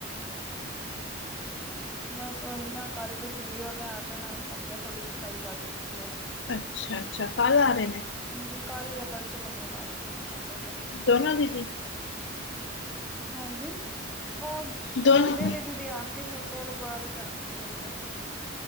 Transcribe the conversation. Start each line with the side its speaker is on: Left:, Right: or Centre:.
Centre: ਬਸ ਓਹੀ ਨਾ ਕੱਲ ਫੇਰ ਦੀਦੀ ਹੋਰ ਆ ਜਾਣਾ, ਮੈਂ ਕੇਯਾ ਥੋੜੀ ਸਫ਼ਾਈ ਕਰ ਲਿੱਤੀ ਜਾਏ।
Left: ਅੱਛਾ-ਅੱਛਾ, ਕੱਲ ਆ ਰੇ ਨੇ।
Centre: ਹਾਂਜੀ, ਕੱਲ ਯਾਂ ਪਰਸੋਂ ਮਤਲਬ ਆ ਜਾਨ ਗੇ ਸੰਡੇ ਤੱਕ।
Left: ਦੋਨੋ ਦੀਦੀ?
Centre: ਹਾਂਜੀ, ਓਹ
Left: ਦੋਨੋ
Centre: ਵੱਡੇ ਆਲੇ ਲਈ ਦੀਦੀ ਆਣਗੇ ਛੋਟੇ ਆਲੇ ਬਾਅਦ 'ਚ ਆਣਗੇ ਦੋ-ਚਾਰ ਦਿਨ ਬਾਅਦ।